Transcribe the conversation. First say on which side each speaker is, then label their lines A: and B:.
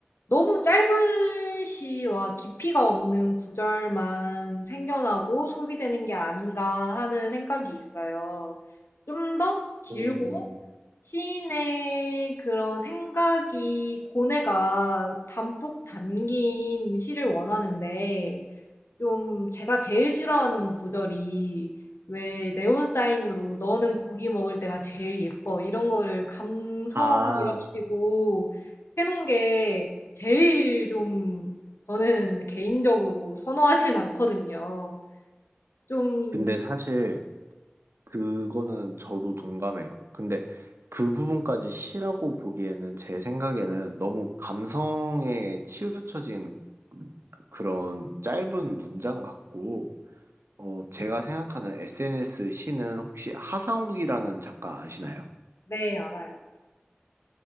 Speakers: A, on the left; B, on the right.
A: 너무 짧은 시와 깊이가 없는 구절만 생겨나고 소비되는 게 아닌가 하는 생각이 있어요. 좀 더 길고
B: 오.
A: 시인의 그런 생각이 고뇌가 담뿍 담긴 시를 원하는데 좀 제가 제일 싫어하는 구절이 왜 네온 사인으로 너는 고기 먹을 때가 제일 예뻐 이런 거를 감성이랍시고
B: 아,
A: 해놓은 게 제일 좀 저는 개인적으로 선호하진 않거든요. 좀,
B: 근데 사실 그거는 저도 동감해요. 근데 그 부분까지 시라고 보기에는 제 생각에는 너무 감성에 치우쳐진 그런 짧은 문장 같고, 어, 제가 생각하는 SNS 시는 혹시 하상욱이라는 작가 아시나요?
A: 네, 알아요.